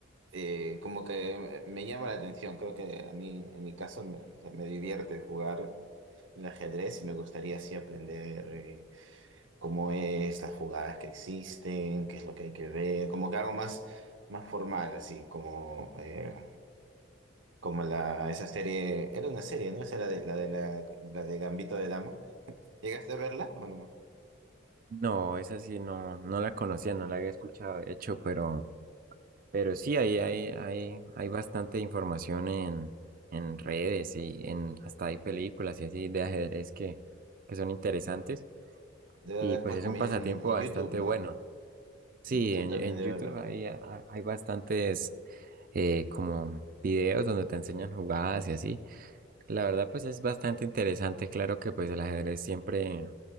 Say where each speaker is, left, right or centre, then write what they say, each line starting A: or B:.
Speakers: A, on the right; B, on the right.
A: eh, como que me llama la atención, creo que a mí, en mi caso, me, o sea, me divierte jugar el ajedrez y me gustaría así aprender eh, cómo es, las jugadas que existen, qué es lo que hay que ver, como que algo más, más formal, así como... eh, como la, esa serie, era una serie, ¿no? Esa era de, la de la, la de Gambito de Dama. ¿Llegaste a verla o no?
B: No, esa sí no, no la conocía, no la había escuchado, de hecho, pero Pero sí, hay, hay, hay, hay bastante información en, en redes y en, hasta hay películas y así de ajedrez que, que son interesantes
A: Debe
B: y
A: haber
B: pues
A: pues
B: es
A: también
B: un pasatiempo
A: en
B: bastante
A: YouTube, ¿no?
B: bueno. Sí,
A: En YouTube
B: en,
A: también
B: en
A: debe
B: YouTube
A: haber.
B: hay, hay bastantes eh, como videos donde te enseñan jugadas y así. La verdad, pues es bastante interesante. Claro que pues el ajedrez siempre